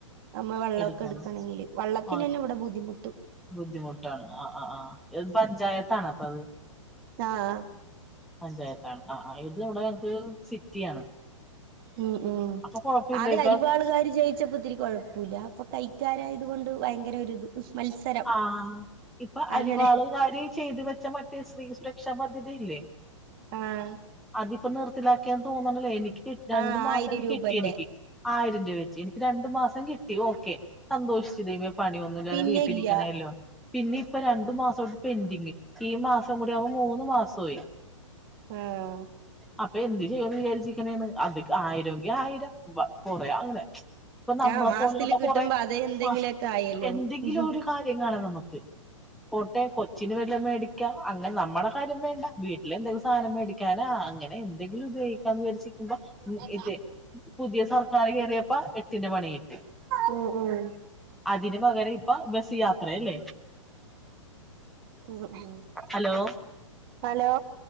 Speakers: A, on the right; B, in the centre.
A: നമ്മ വെള്ളൊക്കെ
B: എടുക്കാൻ
A: എടുക്കണെങ്കില് വള്ളത്തിനന്നെ
B: ആ
A: ഇവിടെ ബുദ്ധിമുട്ട്
B: ബുദ്ധിമുട്ടാണ് ആ ആആ ഇത് പഞ്ചായത്താണോ പ്പത്
A: ആഹ്
B: പഞ്ചായത്താണ് ആ ഇത് ഇവിടെ ഞങ്ങക്ക് സിറ്റിയാണ്
A: ഉം ഉം
B: അപ്പൊ കൊഴപ്പില്ല
A: ആതെ
B: ഇപ്പൊ
A: അരിവാളുകാര് ജയിച്ചപ്പോ ഇത്തിരി കുഴപ്പം പുല ഇപ്പൊ കൈക്കാരായത് കൊണ്ട് ഭയങ്കര ഒരിത് മത്സരം
B: ആ ഇപ്പൊ
A: അങ്ങനെ
B: അരിവാളുകാര് ചെയ്തു വെച്ച മറ്റേ ശ്രീ സുര രക്ഷാ പദ്ധതി ഇല്ലേ?
A: ആഹ്
B: അതിപ്പോ നിർത്തിലാക്കിയെന്ന് തോന്നണല്ലെ എനിക്ക് രണ്ടു
A: ആഹ്
B: മാസംനി
A: ആയിരം രൂപന്റെ
B: കിട്ടിയെനിക്ക് ആയിരം രൂ വെച്ച് എനിക്ക് രണ്ടു മാസം കിട്ടി ഓക്കെ സന്തോഷിച്ച് പണിയൊന്നുമല്ലാതെ
A: പിന്നെ
B: വീട്ടിലി
A: ഇല്ല
B: പിന്നെ ഇപ്പൊ രണ്ടു മാസോട്ട് പെന്ഡിങ് ഈ മാസം കൂടി ആവുമ്പൊ മൂന്ന് മാസോയി
A: ആഹ്
B: അപ്പൊ എന്ത് ചെയ്യൊന്ന് വിചാരിച്ചരിക്കനേണ് അത് ആയിരംങ്കിആയിരം കൊറയാ അങ്ങനെ ഇപ്പൊ നമ്മളെ
A: ആഹ് മാസത്തില്
B: പോലെയുള്ള
A: കിട്ടുമ്പോ
B: കൊറെ
A: അത് എന്തെങ്കിലുമൊക്കെ
B: മാസ്
A: ആയല്ലോ
B: എന്തെങ്കിലും
A: ഉം
B: ഒരു കാര്യങ്ങളാണ് നമ്മക്ക് പോട്ടെ കൊച്ചിനു വല്ല മേടിക്കാ അങ്ങനെ നമ്മുടെ കാര്യം വേണ്ട വീട്ടിൽ എന്തെിലും സാധനം മേടിക്കാനാ അങ്ങനെ എന്തെങ്കിലും ഉപയോഗിക്കാന്ന് വിചാരിച്ച് ഇപ്പഇത്
A: ഉം
B: പുതിയ സർക്കാർ കേയറിയപ്പ എട്ടിന്റെ പണി കിട്ടി
A: ഉം ഉം
B: അതിന് പകരം ഇപ്പൊ ബസ് യാത്രയല്ലേ?
A: ഉം ഉം
B: ഹലോ
A: ഹലോ